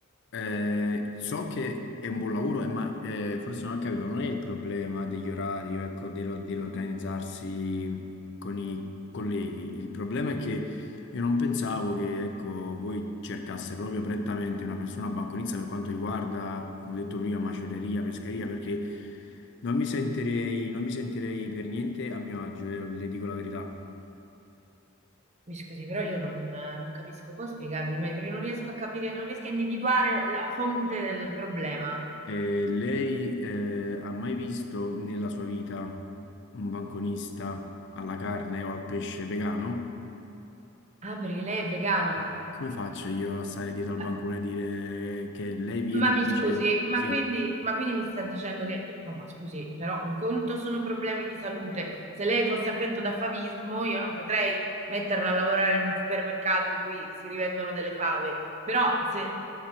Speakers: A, on the left; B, on the right.
A: Eh, so che è un buon lavoro, eh, ma eh, forse non ho capito, non è il problema degli orari, ecco, dello- dell'organizzarsi con i colleghi. Il problema è che io non pensavo che, ecco, voi cercasse proprio prettamente una persona banconista per quanto riguarda, come ho detto prima, macelleria, pescheria, perché non mi sentirei, non mi sentirei per niente a mio agio, le le dico la verità.
B: Mi scusi, però io non, non capisco, può spiegarmi meglio perché non riesco a capire, non riesco a individuare la fonte del problema.
A: Eh, lei eh, ha mai visto nella sua vita un banconista alla carne o al pesce vegano?
B: Ah, perché lei è vegano?
A: Eh, come faccio io a stare dietro al bancone
B: "Ah,
A: e dire che lei viene
B: Ma
A: e
B: mi
A: mi
B: scusi,
A: dice
B: ma
A: sì?
B: quindi, ma quindi mi sta dicendo che, eh, no, ma scusi, però un conto sono problemi di salute. Se lei fosse affetto da favismo, io non potrei metterla a lavorare in un supermercato in cui si rivendono delle fave. Però se,